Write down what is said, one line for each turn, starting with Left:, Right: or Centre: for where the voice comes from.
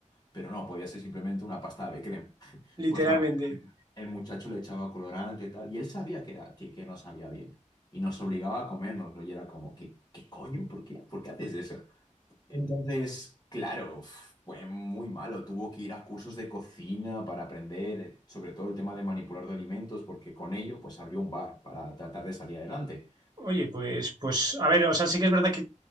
Left: Pero no, podía ser simplemente una pasta de crema.
Right: literalmente.
Left: Pues no, el muchacho le echaba colorante y tal, y él sabía que, era, que, que no sabía bien, y nos obligaba a comernos, y era como, ¿qué, qué coño? ¿Por qué? ¿Por qué haces eso? Entonces, claro, f- fue muy malo, tuvo que ir a cursos de cocina para aprender, eh, sobre todo el tema de manipular de alimentos, porque con ello, pues abrió un bar para tratar de salir adelante.
Right: Oye, pues, pues, a ver, o sea, sí que es verdad que